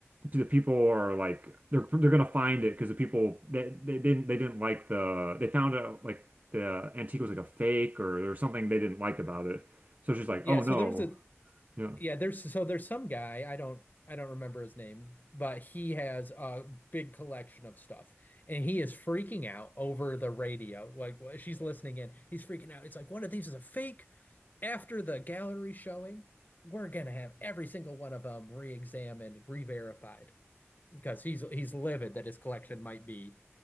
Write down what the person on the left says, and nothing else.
Yeah.
So
there's a,
Yeah, there's so there's some guy, I don't I don't remember his name, but he has a big collection of stuff and he is freaking out over the radio. Like wh- she's listening in, he's freaking out. It's like one of these is a fake. After the gallery showing, we're gonna have every single one of them re-examined re-verified because he's he's livid that his collection might be